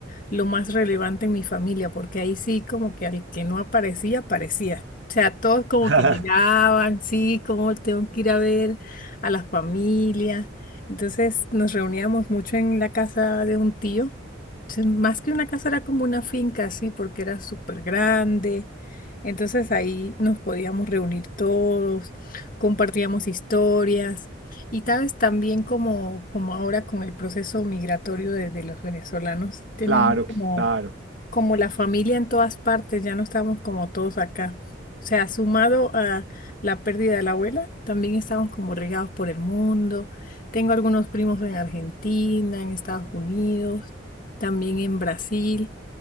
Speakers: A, on the left; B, on the right.
A: lo más relevante en mi familia, porque ahí sí como que al que no aparecía, aparecía. O sea, todos como
B: <laughs>
A: que llegaban, sí, como tengo que ir a ver a la familia. Entonces nos reuníamos mucho en la casa de un tío. Entonces, más que una casa era como una finca, sí, porque era súper grande. Entonces ahí nos podíamos reunir todos, compartíamos historias. Y sabes, también como, como ahora con el proceso migratorio de, de los venezolanos, tenemos
B: Claro,
A: como,
B: claro.
A: como la familia en todas partes, ya no estamos como todos acá. O sea, sumado a la pérdida de la abuela, también estamos como regados por el mundo. Tengo algunos primos en Argentina, en Estados Unidos, también en Brasil.